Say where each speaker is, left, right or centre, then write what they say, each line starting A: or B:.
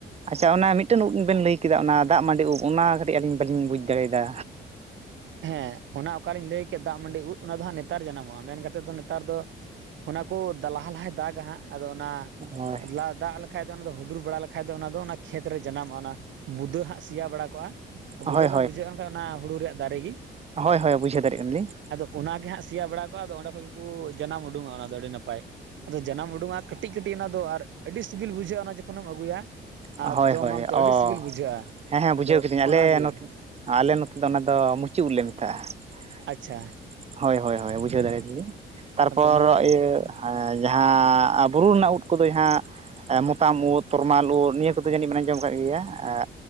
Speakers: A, on the right; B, on the right.
A: ᱟᱪᱪᱷᱟ, ᱚᱱᱟ ᱢᱤᱫᱴᱮᱱ ᱩᱫ ᱵᱮᱱ ᱞᱟᱹᱭ ᱠᱮᱫᱟ᱾ ᱚᱱᱟ ᱫᱟᱜ ᱢᱟᱹᱰᱤ ᱩᱫ ᱚᱱᱟ ᱠᱟᱹᱴᱤᱡ ᱟᱹᱞᱤᱧ ᱵᱟᱹᱞᱤᱧ ᱵᱩᱡᱽ ᱫᱟᱲᱮᱭ ᱟᱫᱟ?
B: ᱦᱮᱸ ᱚᱱᱟ ᱚᱠᱟᱨᱤᱧ ᱞᱟᱹᱭ ᱠᱮᱫ ᱫᱟᱜ ᱢᱟᱹᱰᱤ ᱩᱫ ᱚᱱᱟ ᱫᱚ ᱦᱟᱸᱜ ᱱᱮᱛᱟᱨ ᱡᱟᱱᱟᱢᱚᱜᱼᱟ, ᱢᱮᱱ ᱠᱟᱛᱮᱫ ᱫᱚ ᱱᱮᱛᱟᱨ ᱫᱚ ᱚᱱᱟᱠᱩ ᱞᱟᱦᱟ ᱞᱟᱦᱟᱭ ᱫᱟᱜᱟ ᱦᱟᱸᱜ ᱟᱫᱚ ᱚᱱᱟ
A: ᱦᱳᱭ
B: ᱞᱟᱫ ᱫᱟᱜ ᱞᱮᱠᱷᱟᱡ ᱫᱚ, ᱚᱱᱟ ᱫᱚ ᱦᱩᱰᱩᱨ ᱵᱟᱲᱟ ᱞᱮᱠᱷᱟᱡ ᱫᱚ ᱚᱱᱟ ᱫᱚ ᱚᱱᱟ ᱠᱷᱮᱛ ᱨᱮ ᱡᱟᱱᱟᱢᱚᱜᱼᱟ᱾ ᱚᱱᱟ ᱵᱩᱫᱟᱹ ᱦᱟᱸᱜ ᱥᱮᱭᱟ ᱵᱟᱲᱟᱠᱚᱜ-ᱟ᱾
A: ᱦᱳᱭ
B: ᱵᱩᱫᱟᱹ ᱵᱮᱱ ᱵᱩᱡᱷᱟᱹᱣ ᱮᱜ ᱠᱷᱟᱱ ᱚᱱᱟ ᱦᱩᱲᱩ ᱨᱮᱭᱟᱜ ᱫᱟᱨ ᱜᱤ᱾
A: ᱦᱚᱭ ᱦᱚᱭ ᱵᱩᱡᱷᱟᱹᱣ ᱫᱟᱲᱮᱭᱟᱜ ᱠᱟᱱᱟᱞᱤᱧ
B: ᱚᱱᱟᱜᱮ ᱦᱟᱸᱜ ᱥᱮᱭᱟ ᱵᱟᱲᱟ ᱠᱚᱜᱼᱟ ᱟᱫᱚ ᱚᱸᱰᱮ ᱠᱷᱚᱡ ᱜᱮᱠᱚ ᱡᱟᱱᱟᱢ ᱩᱰᱩᱝᱚᱜᱼᱟ ᱚᱱᱟ ᱫᱚ ᱟᱹᱰᱤ ᱱᱟᱯᱟᱭ, ᱟᱫᱚ ᱡᱟᱱᱟᱢ ᱩᱰᱩᱝᱚᱜᱼᱟ ᱠᱟᱹᱴᱤᱡ ᱼᱼ ᱠᱟᱹᱴᱤᱡ ᱚᱱᱟ ᱫᱚ ᱟᱨ ᱟᱹᱰᱤ ᱥᱤᱵᱤᱞ ᱵᱩᱡᱷᱟᱹᱜᱼᱟ ᱚᱱᱟ ᱡᱚᱠᱷᱚᱱᱮᱢ ᱟᱹᱜᱩᱭᱟ ᱟᱨ
A: ᱦᱳᱭ
B: ᱡᱚᱢᱟᱢ
A: ᱦᱳᱭ
B: ᱛᱚ
A: ᱚ
B: ᱟᱹᱰᱤ ᱥᱤᱵᱤᱞ ᱵᱩᱡᱷᱟᱹᱜᱼᱟ
A: ᱦᱮᱸ ᱦᱮᱸ ᱵᱩᱡᱷᱟᱹᱣ
B: ᱟᱫᱚ
A: ᱠᱤᱫᱟᱹᱧ ᱟᱞᱮ
B: ᱚᱱᱟᱜᱮ
A: ᱱᱚᱛᱮ
B: ᱾
A: ᱟᱞᱮ ᱱᱚᱛᱮ ᱫᱚ ᱚᱱᱟ ᱫᱚ ᱢᱩᱪᱤ ᱩᱫ ᱞᱮ ᱢᱮᱛᱟᱜᱼᱟ
B: ᱟᱪᱪᱷᱟ
A: ᱾ ᱦᱚᱭ ᱦᱚᱭ ᱦᱚᱭ ᱵᱩᱡᱷᱟᱹᱣ
B: ᱦᱮᱸ
A: ᱫᱟᱲᱮᱭᱟᱫᱟᱞᱤᱧ ᱛᱟᱨᱯᱚᱨ
B: ᱟᱫᱚ ᱚᱱᱟ ᱫᱚ
A: ᱤᱭᱟᱹ ᱡᱟᱦᱟᱸ ᱵᱩᱨᱩ ᱨᱮᱱᱟᱜ ᱩᱫ ᱠᱚᱫᱚ ᱦᱟᱸᱜ ᱢᱚᱛᱟᱢ ᱩᱫ ᱛᱚᱨᱢᱟᱞ ᱩᱫ ᱱᱤᱭᱟᱹ ᱠᱚᱫᱚ ᱡᱟᱹᱱᱤᱡ ᱵᱮᱱ ᱟᱸᱡᱚᱢ ᱟᱠᱟᱫ ᱜᱮᱭᱟ ᱟᱻᱜ